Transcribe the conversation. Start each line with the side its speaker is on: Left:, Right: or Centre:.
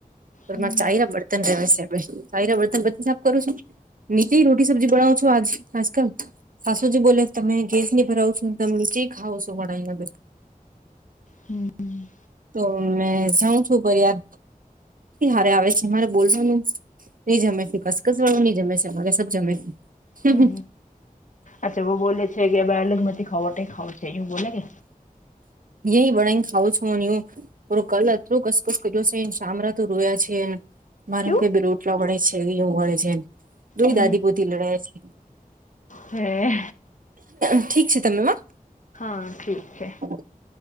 Left: હમ,
Right: મારે ચાઈ રબડ ન છે વર્તન પછી સાફ કરું છું નીતિ રોટી સબ્જી બનાવ છો આજ આજકાલ સાસુજી બોલે તમે ગેસ ની ભરાવો છો તમે નીચે ખાવો છો ઘણ
Left: હમ
Right: તો મે જાઉં છું ભ યાર હારે આવે છે મારે બોલવાનું નઈ જમે ત કસકસ વાળું નહી જમે છે અમારે સબ જમે છેું
Left: હમ અચ્છા બહ બોલે છે કે બ અલગ મથી ખવા ખાવું છે એવું બોલે કે
Right: એય બડા ને ખાવ છું હું પ કલ અટલું કસકસ કર્યો છેને શામળા તો રોયા છેને. મારે
Left: ક્યું
Right: એમ ક બ રુંટલા વડે છે એવું વડે છેમ. દોહી
Left: હમ
Right: દાદી પોતે લડાય છે
Left: હે
Right: ઠીક છે તમેમાં
Left: હા ઠીક છે
Right: <unintelligible>